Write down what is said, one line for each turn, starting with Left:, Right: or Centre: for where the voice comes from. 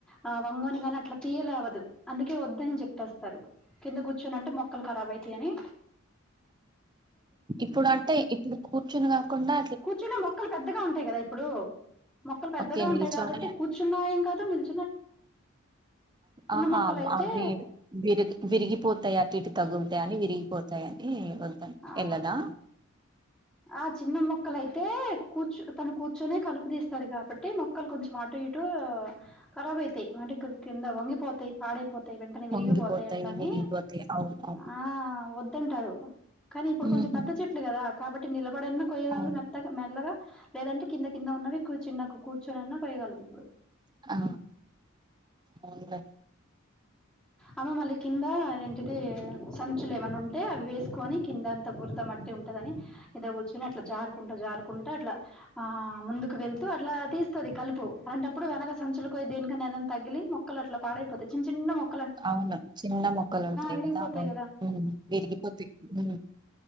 Centre: ఆ వంగోని కాని అట్లా తీయా లేవదు అందు కే వద్దని చెప్తేస్తారు కింద కూర్చోనంటే మొక్కలు ఖరాబ్ అయి తీ యని
Right: ఇప్పుడు అంటే ఇప్పుడు కూర్చుని కాకుండా
Centre: కూర్చున్న మొక్కలు పెద్దగా ఉంటాయి కదా ఇప్పుడు మొక్కలు పెద్దగా
Right: ఓకే.
Centre: ఉంటాయి
Right: నిల్చొనే
Centre: కాబట్టి కూర్చున్న సాయం కాదు నిల్
Right: ఆహా
Centre: మొక్కలయితే
Right: ఆ వి విరిగి విరిగిపోతాయి అటు ఇటు తగులు అని విరిగిపోతాయని వద్దని
Centre: ఆ
Right: ఎళ్ళదా?
Centre: ఆ చిన్న మొక్కలైతే కూర్చో తను కూర్చొనే కలుపు తీస్తది కాబట్టి మొక్ క్కలు కొంచెం అటు ఇటు ఖరాబ్ అయితాయి అంటే కింద వంగిపోతాయి పాడాయి పోతాయి వెంటనే విరిగిపోతాయి
Right: పొంగిపోతాయి,
Centre: అట్లా అని
Right: విరిగిపోతాయి. అవును. అవును.
Centre: ఆ వద్దంటారు కానీ ఇప్పుడు
Right: హ్మ్.
Centre: కొంచెం పెద్ద చెట్లు కదా కాబట్టి నిలా అప్పుడన్న కొయ్యలు
Right: అవును
Centre: మెత్తగా మెల్లగా లేదంటే కింద కింద ఉన్నవి కూర్చున్న కూర్చొనున్నా కోయగలదు
Right: ఆ అవునులే
Centre: అమె మళ్ళీ కింద అదేం టే సంచులు ఏమన్నా ఉంటే అవి వేసుకొని కిందంత బురద మట్టి ఉంటదని కింద కూర్చుని అట్లా జారుకుంట జారుకుంట అట్లా ఆ ముందుకు వెళ్తూ అట్లా తీస్తది కలుపు అలాంటప్పుడు వెనక సంచులు కో దేనికన్నా ఏదన్నా తగిలి మొక్కలు అట్లా పాడైపోతాయి చిన్న చిన్న మొక్
Right: అవును చిన్న మొక్కలు ఉంటాయి
Centre: విరిగిపోతాయి
Right: కదా ఆ అవును విరిగిపోతే హు